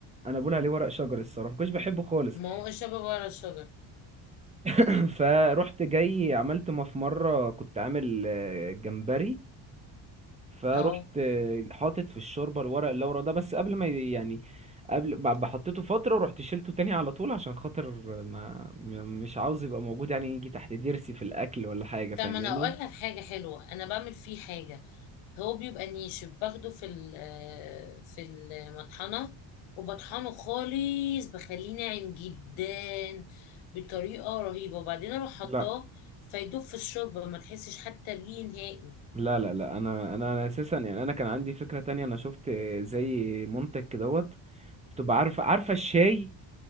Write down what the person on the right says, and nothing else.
انا بقول عليه ورق شجر الصراحه مكنتش بحبه خالص
<clears throat> فروحت جاي عملت ما في مره كنت عامل آه، جمبري فروحت
حاطط في الشوربه الورق اللورا ده بس قبل ما ي- يعني قبل بعد ما حطيته فتره رحت شيلته تاني على طول عشان خاطر ما م- مش عاوز يبقى موجود يعني يجي تحت ضرسي في الاكل ولا حاجه فاهماني
لا
لا لا لا انا انا انا اساسا يعني انا كان عندي فكره تانية انا شفت زي منتج كدهوت بتبقى عارفه عارفه الشاي